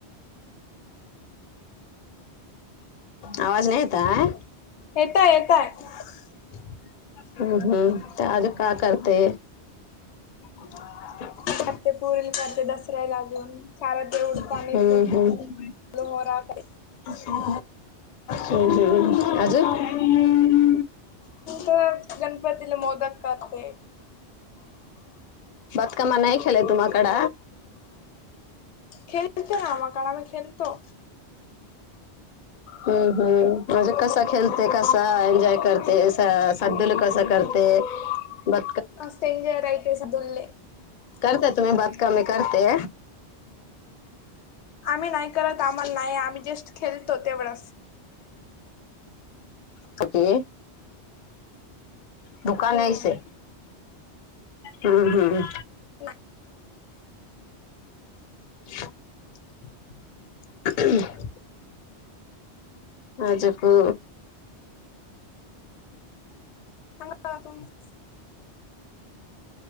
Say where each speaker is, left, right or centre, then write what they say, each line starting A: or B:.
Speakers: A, on the left; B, on the left.
A: आवाज नाही यताय?
B: येताय, येताय.
A: हम्, हम्म. ते आजूक का करते? <inaudible>
B: करते पुरील करते. दसऱ्या लागून. कारण ते उडतानी
A: हम्म
B: फुल
A: हम्म
B: लोहरा <unintelligible>
A: हम्म, हम्म. अजून?
B: तर गणपतीला मोदक करते.
A: बातकामा नाही खेलय तुमाकड.
B: खेत ना म काळमे खेलतो.
A: हम्म, हम्म. म्हणजे कसा खेळते? कसा एन्जॉय करते? असा. कद्दल कसं करते? ब
B: अ सेंजेरय ते सदुल्ले.
A: करते तुम्ही बातकामी करते.
B: आम्ही नाही करत. आम्हाला नाही. आम्ही जस्ट खेळतो, तेवढंच.
A: कुठे? दुकानाइसे.
B: हम्म
A: हम्म, हम्म.
B: ना.
A: <inaudible>
B: <inaudible>
A: <inaudible> आज को
B: पण आता तुम्ही